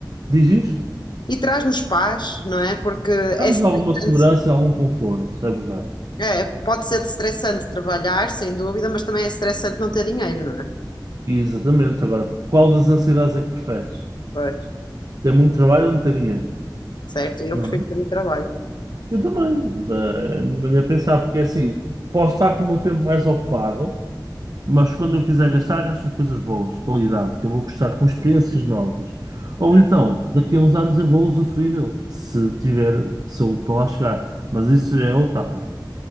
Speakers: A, on the right (about 50°); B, on the left (about 70°).
A: Diz isto?
B: E traz-nos paz, não é? Porque é
A: Dá-nos
B: estressante.
A: alguma segurança, e algum conforto, é verdade.
B: É, pode ser estressante trabalhar, sem dúvida, mas também é estressante não ter dinheiro, não é?
A: E exatamente. Agora, qual das ansiedades é que preferes?
B: Pois,
A: Ter muito trabalho ou não ter dinheiro?
B: certo? Eu
A: Não
B: prefiro
A: é?
B: ter um trabalho.
A: Eu também. Eh, A minha maneira de pensar, porque é assim, posso estar com o meu tempo mais ocupado, Mas quando eu quiser gastar, gasto com coisas boas, de qualidade, que eu vou gostar, com experiências novas. Ou
B: É,
A: então, daqui a uns anos eu vou usufruir dele, se tiver saúde para lá chegar. Mas isso é outra parte.